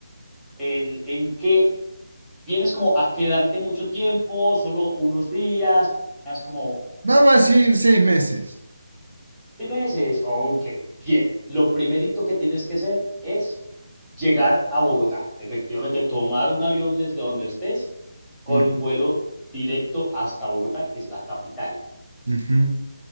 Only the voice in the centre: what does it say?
¿En, en qué vienes como a quedarte mucho tiempo, solo unos días, es como
seis meses, ok, bien. Lo primerito que tienes que hacer es llegar a Bogotá, efectivamente tomar un avión desde donde estés con
vuelo directo hasta Bogotá, que es la capital.